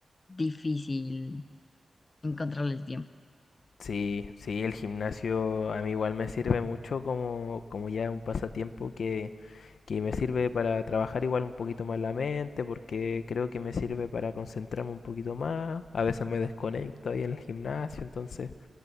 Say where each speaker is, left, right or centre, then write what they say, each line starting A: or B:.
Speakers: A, on the left; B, on the left.
A: difícil encontrarle el tiempo.
B: Sí, sí, el gimnasio a mí igual me sirve mucho como, como ya un pasatiempo que, que me sirve para trabajar igual un poquito más la mente, porque creo que me sirve para concentrarme un poquito más. A veces me desconecto ahí en el gimnasio, entonces